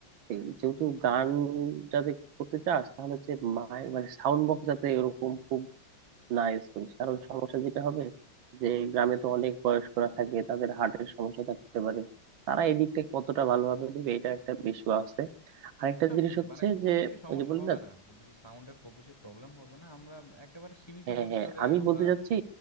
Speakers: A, on the right; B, on the left.
A: এই যেহেতু গান যাতে করতে চাস তাহলে হচ্ছে মাই- মানে সাউন্ড বক্স যাতে এরকম খুব না ইউজ করিস কারণ সমস্যা যেটা হবে যে গ্রামে তো অনেক বয়স্করা থাকে তাদের হার্টের সমস্যা থাকতে পারে তারা এই দিকটা কতটা ভালোভাবে নিবে এটা একটা বিষয় আছে আরেকটা
B: এটা
A: জিনিস হচ্ছে
B: মানে খুব
A: যে
B: বেশি সমস্যা
A: ওই যে বললি
B: হবে
A: না
B: না খুব বেশি সাউন্ডে খুব বেশি প্রবলেম হবে না আমরা একেবারে সীমিত
A: হ্যাঁ
B: পরিসরে
A: হ্যাঁ আমি
B: আমরা
A: বলতে চাচ্ছি